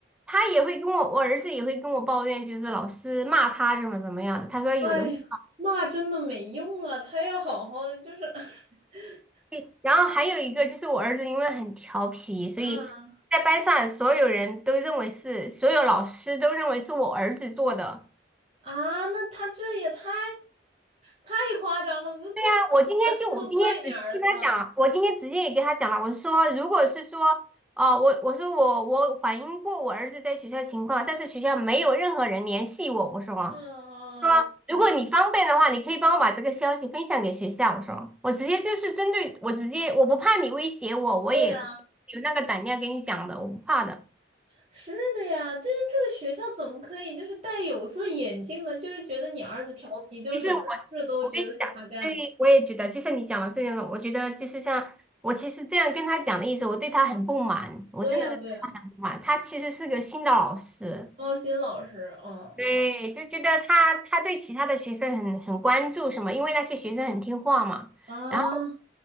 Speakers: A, in the centre; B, on the right.
A: 他也会跟我，我儿子也会跟我抱怨，就是老师骂他怎么怎么样的。他说有的是，
B: 哎呀，骂真的没用啊，他要好好的，就是，<laughs>
A: 对，然后还有一个就是我儿子因为很调皮，所以在班上所有人都认为是，
B: 嗯
A: 所有老师都认为是我儿子做的。
B: 啊，那他这也太太夸张了，不不能什么事都怪你儿子吧？
A: 那我今天就我今天直接跟他讲了我今天直接也跟他讲了，我说如果是说，哦、我我说我我反映过我儿子在学校情况，但是学校没有任何人联系我，我说。
B: 嗯嗯，我
A: 如果你方便的话，你可以帮我把这个消息分享给学校。我说，我直接就是针对我直接，我不怕你威胁我，我也有那个胆量跟你讲的，
B: 对呀，
A: 我不怕的。
B: 是的呀，就是这个学校怎么可以就是戴有色眼镜呢？就是觉得你儿子调皮，就什么事都觉得是他干的。
A: 其实我我跟你讲，对，我也觉得，就像你讲的这样的，我觉得就是像我其实这样跟他讲的意思，我对他很不满，我真的是对他很不满。
B: 对呀，对呀。
A: 他其实是个新的老师，
B: 奥新老师，嗯
A: 对，就觉得他他对其他的学生很很关注什么，因为那些学生很听话嘛。
B: 啊，
A: 然后
B: 嗯